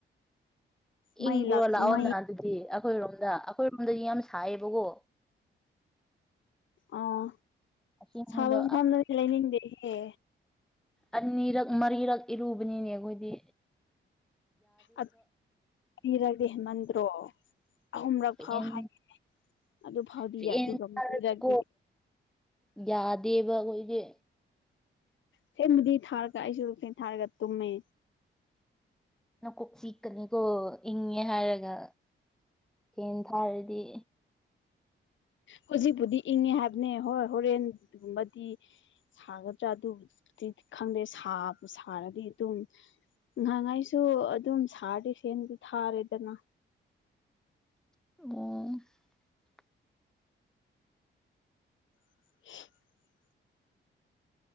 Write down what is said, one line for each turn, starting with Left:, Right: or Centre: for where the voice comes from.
Left: ꯃꯩ
Centre: ꯏꯪꯕ꯭ꯔꯣ
Left: ꯂꯥꯛ
Centre: ꯂꯥꯛꯑꯣꯅ
Left: ꯃꯩ
Centre: ꯑꯗꯨꯗꯤ ꯑꯈꯣꯏꯔꯣꯝꯗ ꯑꯈꯣꯏ <unintelligible> ꯌꯥꯝ ꯁꯏꯌꯦꯕꯒꯣ
Left: ꯑꯣ
Centre: ꯑꯁꯤꯗ
Left: ꯁꯥꯕ ꯃꯐꯝꯗꯗꯤ ꯂꯩꯅꯤꯡꯗꯦꯍꯦ
Centre: ꯑꯅꯤꯔꯛ ꯃꯔꯤꯔꯛ ꯏꯔꯨꯕꯅꯤꯅꯦ ꯑꯈꯣꯏꯗꯤ
Left: ꯑ ꯏꯔꯒꯦ ꯍꯦꯟꯃꯟꯗ꯭ꯔꯣ ꯑꯍꯨꯝꯔꯛ
Centre: ꯐꯦꯟ
Left: ꯐꯥꯎ ꯍꯥꯏ ꯑꯗꯨ ꯐꯥꯎꯗꯤ
Centre: ꯐꯦꯟ
Left: ꯑꯗꯨꯒ
Centre: ꯊꯥꯔꯁꯨꯀꯣ
Left: ꯂꯨꯔꯗꯤ
Centre: ꯌꯥꯗꯦꯕ ꯑꯈꯣꯏꯒꯤ
Left: ꯐꯦꯟ ꯕꯨꯗꯤ ꯊꯥꯔꯒ ꯑꯩꯁꯨ ꯐꯦꯟ ꯊꯥꯔꯒ ꯇꯨꯝꯃꯦ
Centre: ꯅꯀꯣꯛ ꯆꯤꯛꯀꯅꯤꯀꯣ ꯏꯪꯉꯦ ꯍꯥꯏꯔꯒ ꯐꯦꯟ ꯊꯥꯔꯗꯤ
Left: ꯍꯧꯖꯤꯛꯄꯨꯗꯤ ꯏꯪꯉꯦ ꯍꯥꯏꯕꯅꯦ ꯍꯣꯏ ꯍꯣꯔꯦꯟ ꯒꯨꯝꯕꯗꯤ ꯁꯥꯒꯗ꯭ꯔꯥ ꯑꯗꯨ ꯈꯪꯗꯦ ꯁꯥꯔꯗꯤ ꯑꯗꯨꯝ ꯉꯍꯥꯏꯉꯥꯏꯁꯨ ꯑꯗꯨꯝ ꯁꯥꯗꯤ ꯁꯦꯝꯦꯟꯗꯤ ꯊꯥꯔꯦꯗꯅ
Centre: ꯑꯣ
Left: <unintelligible>